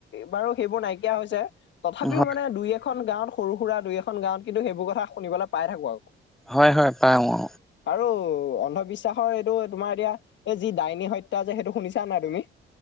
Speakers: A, on the left; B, in the centre.
A: বাৰু সেইবোৰ নাইকিয়া হৈছে। তথাপিও
B: হয়,
A: মানে দুই এখন গাঁৱত সৰু সুৰা দুই এখন গাঁৱত কিন্তু সেইবোৰ কথা শুনিবলৈ পাই থাকো আও।
B: হয়, হয় পাও অ।
A: আৰু অন্ধবিশ্বাসৰ এইটো তোমাৰ এতিয়া এই যি ডাইনী হত্যা আছে সেইটো শুনিছা নাই তুমি?